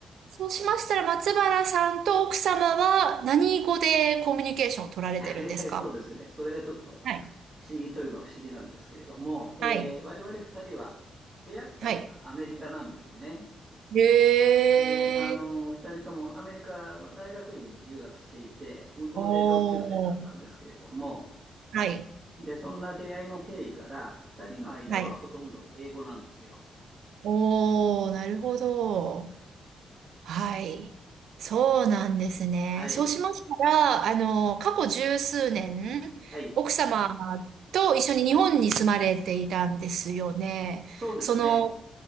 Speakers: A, on the right; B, on the right.
A: そうしましたら、松原さんと奥様は何語でコミュニケーションを取られてるんですか
B: <laughs> えーとですね、それがちょっと
A: はい。
B: 不思議といえば不思議なんですけれども、えー我々2人は出会ったのがアメリカなんですね。
A: はい。はい。へえ。
B: で、あの、2人ともアメリカの大学院に留学していて、向こうで同級生だったんですけれども、
A: おー。はい。
B: で、そんな出会いの経緯から、2人の間はほとんど英語なんですよ。
A: はい。おー、なるほど。はい。そうなんですね。
B: はい。
A: そうしましたら、あの、過去十数年、
B: はい。
A: 奥様と一緒に日本に住まれていたんですよね。
B: そうですね。
A: その、